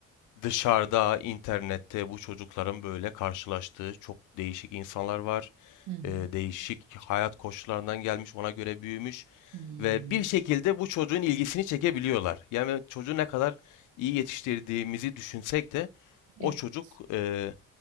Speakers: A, on the left; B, on the right.
A: Dışarıda, internette bu çocukların böyle karşılaştığı çok değişik insanlar var.
B: Hı hı.
A: Ee, değişik hayat koşullarından gelmiş, ona göre büyümüş
B: Hmm.
A: ve bir şekilde bu çocuğun ilgisini çekebiliyorlar. Yani çocuğu ne kadar iyi yetiştirdiğimizi düşünsek de o
B: Evet.
A: çocuk e,